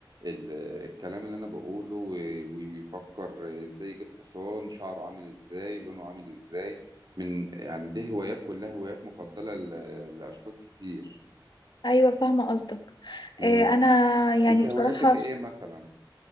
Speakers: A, on the right; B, on the left.
A: ال... الكلام اللي أنا بقوله و... ويفكر إزاي يجيب حصان شعره عامل إزاي لونه عامل إزاي من يعني دي هوايات كلها هوايات مفضلة ل... لأشخاص كتير
B: ايوه فاهمة قصدك
A: مم.
B: إيه، انا يعني
A: أنت
B: بصراحة
A: هواياتك إيه مثلا؟